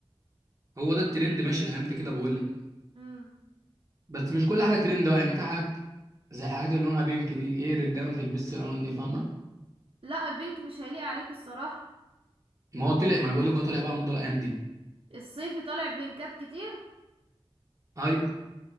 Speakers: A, on the right; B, on the right.
A: هو ده الترند ماشي الايام ده كده بقول لك
B: امم
A: بس مش كل حاجه ترند بقى يعني في حاجات زي الحاجات اللي لونها بينك دي ايه الرجاله ما بتلبسش الالوان دي فاهمه
B: لا البينك مش هيليق عليكوا الصراحه
A: ما هو طلع ما انا بقول لك هو طلع بقى موضه الايام دي
B: الصيفي طالع بينكات كتير
A: ايوه